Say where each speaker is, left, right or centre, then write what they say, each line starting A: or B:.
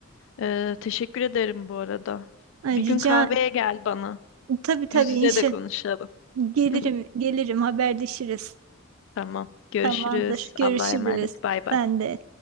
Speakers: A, on the left; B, on the right.
A: Ee, teşekkür ederim bu arada.
B: Ay,
A: Bir
B: Rica
A: gün kahveye gel bana.
B: tabii tabii
A: Yüz yüze
B: inşa
A: de konuşalım.
B: gelirim
A: <laughs>
B: gelirim haberleşiriz.
A: Tamam. Görüşürüz.
B: Tamamdır görüşürüz.
A: Allah'a emanet. Bay bay.
B: Ben de.